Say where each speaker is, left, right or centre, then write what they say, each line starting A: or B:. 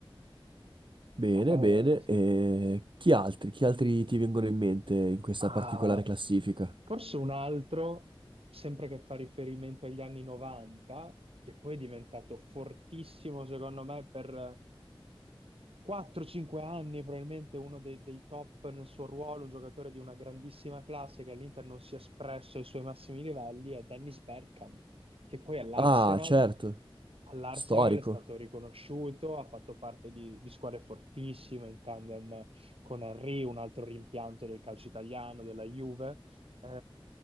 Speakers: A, on the right (about 60°); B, on the right (about 85°).
A: Bene,
B: Eh,
A: bene.
B: sì.
A: E chi altri? Chi altri ti vengono in mente in questa
B: Ma
A: particolare classifica?
B: forse un altro, sempre che fa riferimento agli anni 90, che poi è diventato fortissimo secondo me per 4-5 anni, probabilmente uno dei, dei top nel suo ruolo, un giocatore di una grandissima classe che all'Inter non si è espresso ai suoi massimi livelli, è Dennis Bergkamp, che poi all'Arsenal
A: Ah, certo,
B: all'Arsenal
A: storico.
B: è stato riconosciuto, ha fatto parte di, di squadre fortissime in tandem con Henry, un altro rimpianto del calcio italiano, della Juve. Eh,